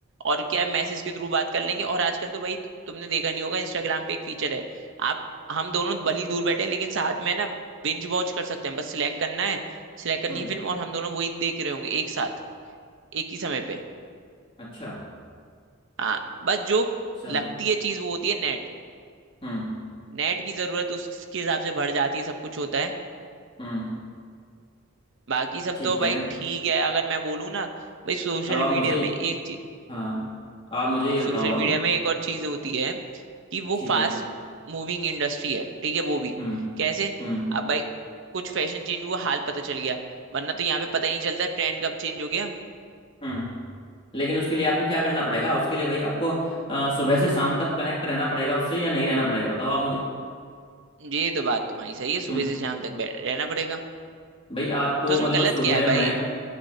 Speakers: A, on the right (about 60°); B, on the left (about 25°).
A: और क्या मैसेज के थ्रू बात कर लेंगे और आजकल तो भाई तुमने देखा नहीं होगा इंस्टाग्राम पे एक फीचर है आप हम दोनों भली दूर बैठे हैं लेकिन साथ में है ना बिंज वॉच कर सकते हैं बस सिलेक्ट करना है सिलेक्ट करनी
B: हम्म
A: है फिल्म और हम दोनों वही देख रहे होंगे एक साथ एक ही समय पे
B: अच्छा
A: हाँ बस जो
B: चलो
A: लगती है चीज वो होती है नेट
B: हम्म
A: नेट की जरूरत उसके हिसाब से बढ़ जाती है सब कुछ होता है
B: हम्म
A: बाकी सब
B: ठीक
A: तो भाई
B: है
A: ठीक है अगर मैं बोलूँ ना भाई सोशल
B: अब आप मुझे
A: मीडिया में एक
B: हाँ आप मुझे ये
A: सोशल
B: बताओ
A: मीडिया
B: अब
A: में एक और चीज होती है कि वो
B: ठीक
A: फास्ट
B: है
A: मूविंग इंडस्ट्री है ठीक है वो भी
B: हम्म
A: कैसे
B: हम्म
A: अब भाई कुछ फैशन चेंज हुआ हाल पता चल गया वरना तो यहाँ पे पता ही नहीं चलता ट्रेंड कब चेंज हो गया
B: हम्म लेकिन उसके लिए आपको क्या करना पड़ेगा उसके लिए भाई आपको अ, सुबह से शाम तक कनेक्ट रहना पड़ेगा उससे या नहीं रहना पड़ेगा बताओ आप मुझे
A: ये तो बात तुम्हारी सही है सुबह
B: हम्म
A: से शाम तक बैठ रहना पड़ेगा
B: भाई आपको
A: तो उसमें
B: मतलब
A: गलत
B: सुबह
A: क्या है
B: में
A: भाई